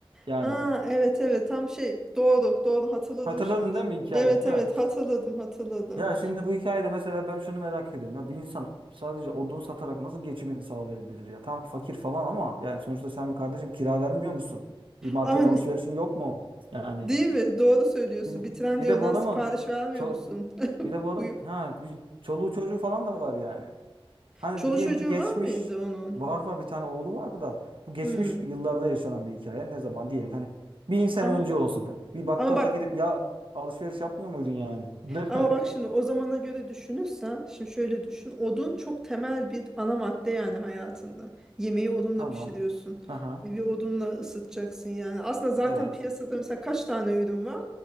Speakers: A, on the right; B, in the centre.
A: Yani
B: Ha, evet, evet. Tam şey doğru, doğru hatırladım
A: hatırladın
B: şimdi.
A: değil mi hikayeyi?
B: Evet,
A: Ha.
B: evet. Hatırladım, hatırladım.
A: Ya şimdi bu hikayede mesela ben şunu merak ediyorum. Ya bir insan sadece odun satarak nasıl geçimini sağlayabilir ya? Tam fakir falan ama yani sonuçta sen bir kardeşim kira vermiyor musun? Bir market
B: Ama
A: alışverişin
B: ne-
A: yok mu? Yani
B: değil mi? Doğru söylüyorsun.
A: bir, de,
B: Bir Trendyol'dan
A: bir de bu adamın
B: sipariş vermiyor
A: çok
B: musun?
A: Bir
B: <laughs>
A: de bu adam
B: Bu
A: ha bir, çoluğu çocuğu falan da var yani. Hani
B: çoluk
A: diyelim
B: çocuğu
A: ki geçmiş
B: var mıydı onun?
A: var var bir tane oğlu var da bu geçmiş
B: Hmm.
A: yıllarda yaşanan bir hikaye. Ne zaman diyelim ki hani bin sene
B: Ama
A: önce olsun. Bir bakkala
B: ama bak
A: gidip ya alışveriş yapmıyor muydun yani? <laughs> Değil
B: Ama
A: mi?
B: bak şimdi o zamana göre düşünürsen, şimdi şöyle düşün. Odun çok temel bir ana madde yani hayatında. Yemeği odunla
A: Tamam.
B: pişiriyorsun.
A: Aha.
B: Evi odunla ısıtacaksın yani. Aslında zaten
A: Evet.
B: piyasada mesela kaç tane ürün var?